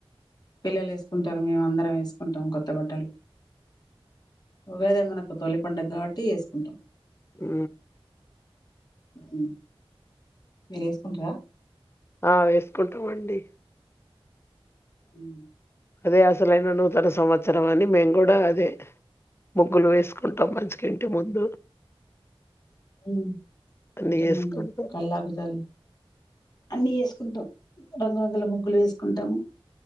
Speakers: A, on the left; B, on the left.
A: పిల్లలు వేసుకుంటారు మేము అందరం వేసుకుంటాము కొత్త బట్టలు ఉగాదె మనకు తొలి పండుగ కాబట్టి వేసుకుంటాం
B: ఉ
A: ఊ మీరు వేసుకుంటారా
B: ఆ వేసుకుంటాండి
A: ఉహు
B: అదే అసలైన నూతన సంవత్సరం అని మేము కూడా అదే ముగ్గులు వేసు వేసుకుంటాం మంచిగా ఇంటి ముందు
A: హు
B: అన్నీ
A: ఇంటి
B: చేసుకుంటాం.
A: ముందు కళ్ళపి జల్లి అన్నీ వేసుకుంటాము రంగురంగుల ముగ్గులు వేసుకుంటాము